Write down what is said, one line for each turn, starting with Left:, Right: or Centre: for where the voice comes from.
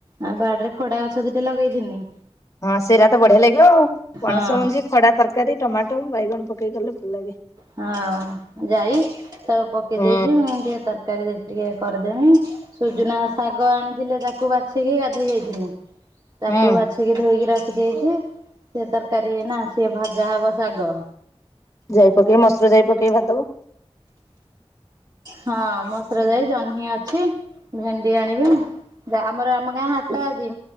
Right: ଆଉ ବାଡରେ ଖଡା ଗଛ ଦିଟା ଲଗେଇଥିନି।
Left: ହଁ ସେରାତ ବଢିଆ ଲାଗିବ ଆଉ ପଣସ
Right: ହଁ।
Left: ମଞ୍ଜି ଖଡା ତରକାରୀ ଟମାଟୋ ବାଇଗଣ ପକେଇ କଲେ ଭଲ ଲାଗେ।
Right: ହଁ ଯାଇ ସବୁ ପକେଇ
Left: ହୁଁ
Right: ଦେଇଛି ମୁଁ ଟିକେ ତରକାରୀ ଟିକେ କରିଦେମି ସୁଜୁନା ଶାଗ ଆଣିଥିଲେ ତାକୁ ବାଛିକି ଗାଧେଇ ଯାଇଥିଲି ତାକୁ
Left: ହୁଁ।
Right: ବାଛି କି ଧୋଇକି ର ଦେଇଛି ସେ ତରକାରୀ ନା ସିଏ ଭଜା ହବ ଶାଗ
Left: ଯାଇ ପକେଇକି ମସୁର ଯାଇ ପକେଇି ଭାଜିଦେବ।
Right: ହଁ ମସୁର
Left: ଆଉ
Right: ଯାଇ ଜହ୍ନି ଅଛି ଅଛି ଭେଣ୍ଡି ଆଣିବି ଆମର ଆମ ଗାଁ ହାଟ ଅଛି